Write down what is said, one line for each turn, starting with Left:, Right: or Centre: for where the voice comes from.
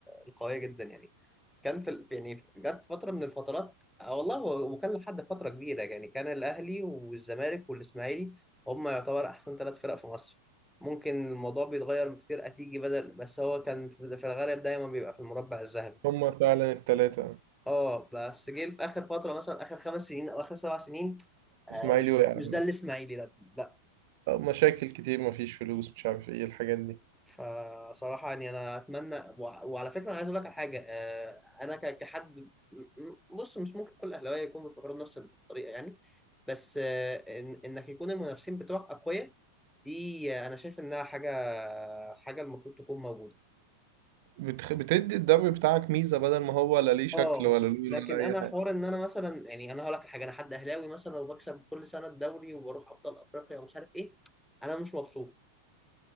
Centre: القويه جدا يعني كان في ال- يعني جت فتره من الفترات آه، والله هو- وكان لحد فتره كبيره يعني كان الاهلي والزمالك والاسماعيلي هم يعتبر احسن ثلاث فرق في مصر ممكن الموضوع بيتغير فرقه تيجي بدل بس هو كان في في الغالب دايما بيبقى في المربع الذهبي
Right: هما فعلا التلاتة
Centre: اه بس جه في اخر فتره مثلا اخر خمس سنين او اخر سبع سنين آه،
Right: اسماعيلي
Centre: مش
Right: وقع
Centre: مش ده الاسماعيلي لا
Right: مشاكل كتير مفيش فلوس مش عارف ايه الحاجات دي
Centre: فصراحة يعني أنا أتمنى وع- وعلى فكرة أنا عايز أقول لك على حاجة آه، أنا ك- كحد م- م- بص مش ممكن كل أهلاوية يكونوا بيفكروا بنفس الطريقة يعني بس آه، إن إنك يكون المنافسين بتوعك أقوياء دي آه، أنا شايف إنها حاجة حاجة المفروض تكون موجودة
Right: بتخ... بتدي الدوري بتاعك ميزة بدل ما هو لا ليه شكل
Centre: اه
Right: ولا لون
Centre: لكن
Right: ولا
Centre: أنا
Right: اي حاجة
Centre: حوار إن أنا مثلا يعني أنا هقول لك على حاجة أنا حد أهلاوي مثلا وبكسب كل سنة الدوري وبروح أبطال أفريقيا ومش عارف إيه أنا مش مبسوط